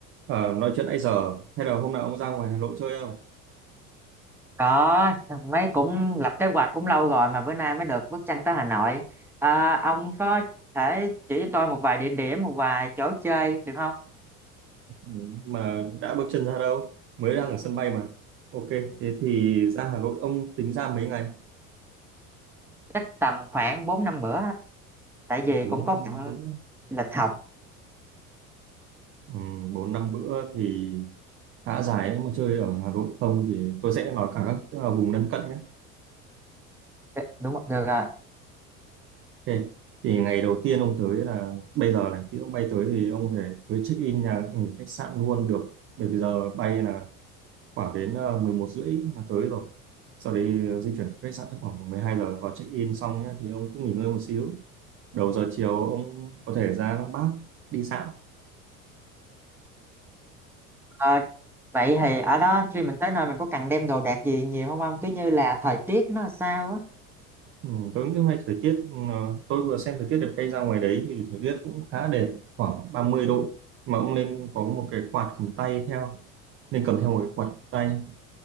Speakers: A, on the right (about 30°); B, in the centre.
A: Ờ, nói chuyện nãy giờ hay là hôm nào ông ra ngoài Hà Nội chơi không?
B: có mấy cũng lập kế hoạch cũng lâu rồi mà bữa nay mới được bước chân tới Hà Nội à, ông có thể chỉ cho tôi một vài địa điểm một vài chỗ chơi được không
A: Ừ, Mà đã bước chân ra đâu? Mới đang ở sân bay mà. Ok, thế thì ra Hà Nội ông tính ra mấy ngày?
B: chắc tầm khoảng bốn năm bữa tại vì
A: bốn
B: cũng có
A: năm
B: bận
A: bữa.
B: lịch học
A: Ừ, 4 5 bữa thì khá dài đấy mà chơi ở Hà Nội không thì tôi sẽ nói cả các ờ, vùng lân cận nhé.
B: Đ- đúng rồi, được rồi
A: Ok. Thì ngày đầu tiên ông tới là bây giờ này, tí ông bay tới thì ông có thể tới check in nhà nghỉ khách sạn luôn được. Bởi vì giờ bay là khoảng đến uh, 11 rưỡi là tới rồi sau đấy ờ, di chuyển tới khách sạn chắc khoảng 12 giờ vào check in xong nhé thì ông cứ nghỉ ngơi một xíu đầu giờ chiều ông có thể ra Lăng Bác đi dạo
B: à, vậy thì ở đó khi mình tới nơi mình có cần đem đồ đạc gì nhiều không ông cứ như là thời tiết nó sao á
A: ừ, tôi nghĩ hôm nay thời tiết ừ, ờ, tôi vừa xem thời tiết đẹp cây ra ngoài đấy thì thời tiết cũng khá đẹp khoảng ba mươi độ mà ông nên có một cái quạt cầm tay theo nên cầm theo một cái quạt cầm tay